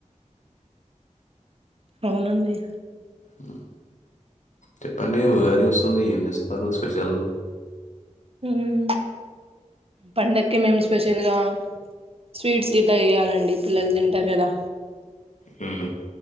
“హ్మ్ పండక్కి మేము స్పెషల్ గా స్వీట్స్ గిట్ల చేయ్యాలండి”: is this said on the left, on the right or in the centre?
Right